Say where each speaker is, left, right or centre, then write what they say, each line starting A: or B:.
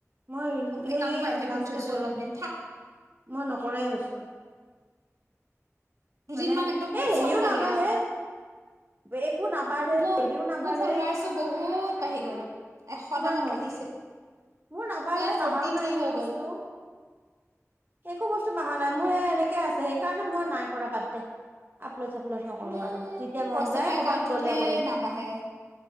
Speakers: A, on the right (about 40°); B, on the right (about 80°).
A: মই সেই
B: একাউণ্টটো প্ৰাইভেট
A: লাষ্টে
B: কৰি থৈছো
A: কৰিছো।
B: অলপ দিন থাক
A: মই নকৰাই হৈছো।
B: দুদিনমান
A: মানে এ
B: একদম খুব
A: হেৰিও
B: চখ লাগে
A: নাবাঢ়ে।
B: আৰু
A: একো নাবাঢ়ে
B: মোৰ
A: হেৰিও নাবাঢ়ে।
B: মোৰ ফলোৱাৰ্চো বহুত বাঢ়ি গল। এশটামান
A: কিমান হ'ল
B: বাঢ়িছে।
A: মোৰ নাবাঢ়ে।
B: টুৱেল্ভ ফৰ্টি
A: বঢ়াও নাই
B: থ্ৰী
A: একো
B: হৈ
A: বস্তু।
B: গ'ল
A: একো বস্তু বঢ়া নাই। মোৰ এনেকৈ আছে। সেইকাৰণে মই নাই কৰা বাদ দে। পলচা প্লচা কৰো
B: মোৰ
A: আৰু যেতিয়া মন
B: প্ৰচেতৰ
A: যায় কৰ'বাত
B: একাউণ্টটোতহে
A: গ'লে কৰিম।
B: নাবাঢ়ে